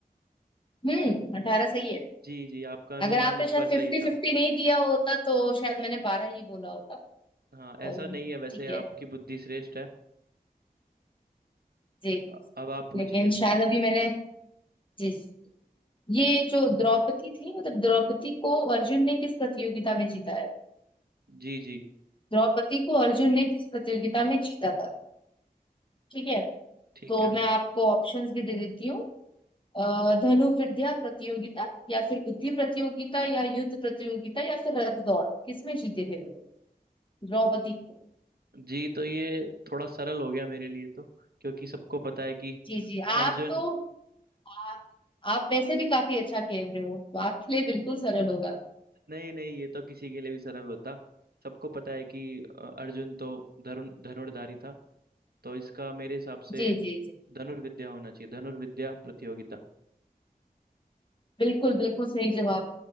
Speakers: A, on the left; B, on the right.
A: हम्म अट्ठारह सही है
B: जी जी आपका
A: अगर
B: अनुमान
A: आपने
B: इस
A: शायद
B: बार
A: फिफ्टी
B: सही
A: फिफ्टी
B: था
A: नहीं दिया होता तो शायद मैंने बारह ही बोला होता
B: हाँ
A: तो
B: ऐसा नहीं है वैसे
A: ठीक
B: आपकी
A: है
B: बुद्धि श्रेष्ठ है
A: जी
B: अ- अब आप पूछिए
A: लेकिन शायद अभी मैंने जी जी। ये जो द्रौपदी थी मतलब द्रौपदी को अर्जुन ने किस प्रतियोगिता में जीता है
B: जी जी
A: द्रौपदी को अर्जुन ने किस प्रतियोगिता में जीता था ठीक है
B: ठीक
A: तो
B: है
A: मैं आपको ऑप्शंस भी दे देती हूँ अ, धनुर्विद्या प्रतियोगिता या फिर बुद्धि प्रतियोगिता या युद्ध प्रतियोगिता या फिर रथ दौड़ किसमें जीते थे वो? द्रौपदी
B: जी तो ये थोड़ा सरल हो गया मेरे लिए तो क्योंकि सबको पता है कि
A: जी जी आप
B: अर्जुन
A: तो आप, आप वैसे भी काफी अच्छा खेल रहे हो तो आपके लिए बिल्कुल सरल होगा
B: नहीं नहीं ये तो किसी के लिए भी सरल होता सबको पता है कि अ, अर्जुन तो धनुर धनुर्धारी था तो इसका मेरे हिसाब से
A: जी जी जी
B: धनुर्विद्या होना चाहिए धनुर्विद्या प्रतियोगिता
A: बिल्कुल बिल्कुल सही जवाब